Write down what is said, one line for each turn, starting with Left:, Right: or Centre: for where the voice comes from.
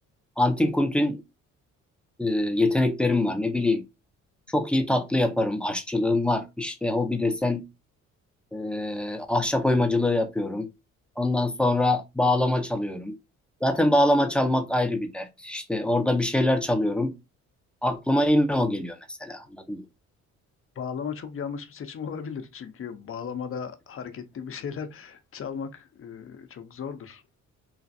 Centre: antin kuntin e, yeteneklerim var. Ne bileyim Çok iyi tatlı yaparım. Aşçılığım var. İşte hobi desen e, ahşap oymacılığı yapıyorum. Ondan sonra bağlama çalıyorum. Zaten bağlama çalmak ayrı bir dert. İşte orada bir şeyler çalıyorum. Aklıma yine o geliyor mesela. Anladın mı?
Left: Bağlama çok yanlış bir seçim olabilir. Çünkü bağlamada hareketli bir şeyler çalmak e, çok zordur.